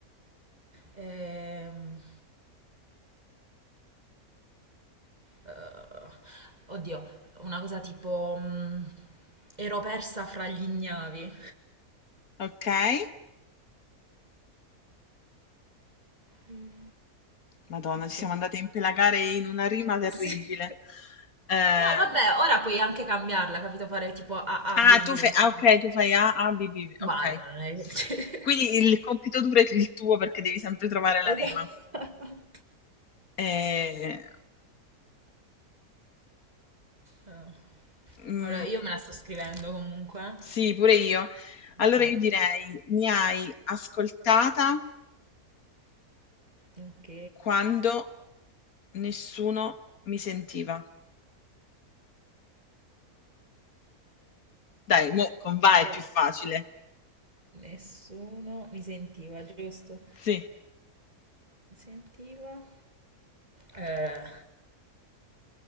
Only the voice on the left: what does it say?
Okay.
Madonna, ci
siamo andate a impelagare in una rima terribile.
Ehm,
ah,
tu fe
ah, okay, tu fai A, A, B, B,
okay.
Quindi il compito duro è il tuo perché devi sempre trovare la
rima. Ehm
Mhmm.
Sì, pure io. Allora
io direi: mi hai ascoltata
quando nessuno mi sentiva. Dai, mo' con va è
più facile.
Sì,